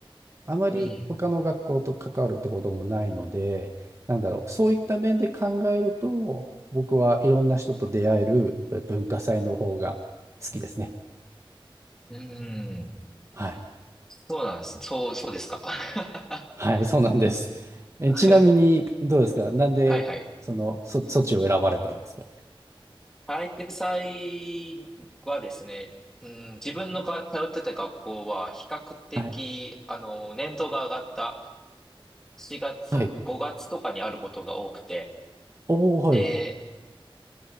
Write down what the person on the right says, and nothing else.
あまり他の学校と関わるってこともないので、
なんだろう、そういった面で考えると、僕はいろんな人と出会えるそういう文化祭の方が好きですね。
はい。
はい、そうなんです。え、
ちなみに、どうですかなんで、
その、そ、そっちを選ばれたんですか
はい。
はい。
おー、
はい。